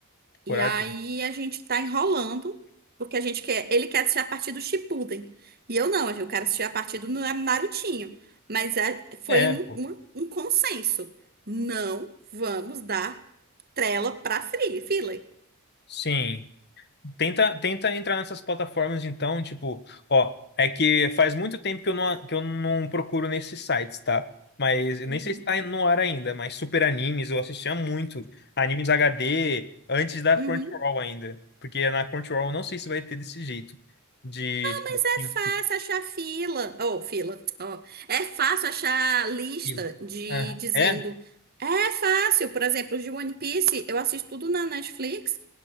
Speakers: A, on the left (about 50°); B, on the right (about 45°).
A: coragem.
B: E aí a gente tá enrolando, porque a gente quer, ele quer assistir a partir do Shippuden. E eu não, eu quero assistir a partir do Na- Narutinho. Mas é- foi
A: É,
B: um,
A: pô.
B: um, um consenso. Não vamos dar trela pra Free, Filler.
A: Sim. Tenta, tenta entrar nessas plataformas, então, tipo, ó, é que faz muito tempo que eu não, que eu não procuro nesses sites, tá? Mas eu
B: Uhum.
A: nem sei se tá no ar ainda, mas Super Animes, eu assistia muito. Animes HD, antes da
B: Uhum.
A: Crunchyroll ainda. Porque na Crunchyroll eu não sei se vai ter desse jeito. De, tipo,
B: Mas
A: assim,
B: é fácil achar fila, ou fila, ó, é fácil achar lista
A: E-
B: de
A: Ah,
B: dizendo,
A: é?
B: é fácil, por exemplo, os de One Piece, eu assisto tudo na Netflix